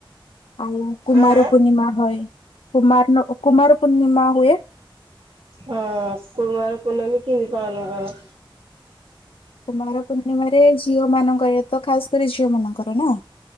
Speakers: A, on the left; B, on the right.
A: ଆଉ କୁମାର
B: ଆଁ
A: ପୂର୍ଣ୍ଣିମା ହୁଏ କୁମାର କୁମାର ପୂର୍ଣ୍ଣିମା ହୁଏ।
B: ହଁ କୁରୁମାର ପୂର୍ଣ୍ଣିମା କେବେ ପାଳନ କର?
A: କୁମାର ପୂର୍ଣ୍ଣିମାରେ ଝିଅ ମାନଙ୍କ ଏ ତ ଖାସ କରି ଝିଅ ମାନଙ୍କର ନା।